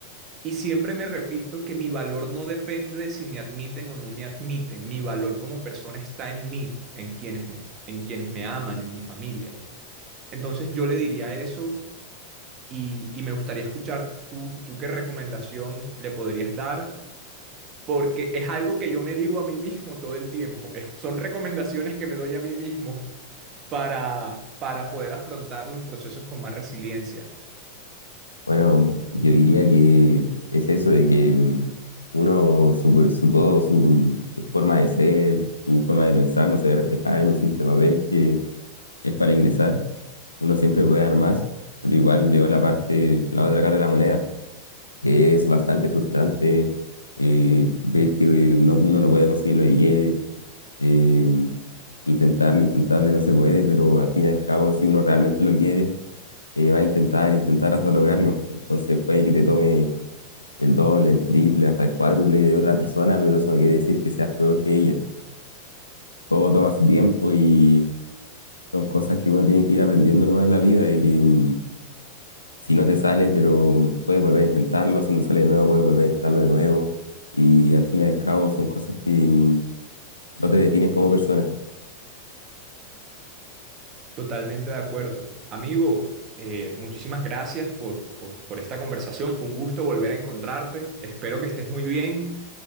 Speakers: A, on the right; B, on the left.
A: y siempre me repito que mi valor no depende de si me admiten o no me admiten. Mi valor como persona está en mí, en quienes me, en quienes me aman, en mi familia. Entonces yo le diría eso y, y me gustaría escuchar tú, tú qué recomendación le podrías dar, porque es algo que yo me digo a mí mismo todo el tiempo. Es- son recomendaciones que me doy a mí mismo para, para poder afrontar los procesos con más resiliencia.
B: Bueno, yo diría que es eso de que mm, uno, su, per- su todo, su forma de ser, su forma de pensar no se ve reflejada en un simple papel que es para ingresar. Uno siempre puede dar más, pero igual veo la parte, la otra cara de la moneda. que Es bastante frustrante eh, ver que eh, no, uno no puede conseguir lo que quiere, eh, intentarlo, intentarlo y no se puede, pero al fin y al cabo, si uno realmente lo quiere, eh, va a intentar, intentar hasta lograrlo. Entonces puede que te tome el doble, el triple, hasta el cuádruple de otra persona, pero eso no quiere decir que seas peor que ella. Todo toma su tiempo y son cosas que uno tiene que ir aprendiendo nomás en la vida y que mm, si no te sale, pero puedes volver a intentarlo, si no sale de nuevo, puedes volver a intentarlo de nuevo. Y al fin y al cabo son cosas que mm, no te definen como persona.
A: Totalmente de acuerdo. Amigo, eh, muchísimas gracias por, por, por esta conversación. Fue un gusto volver a encontrarte. Espero que estés muy bien.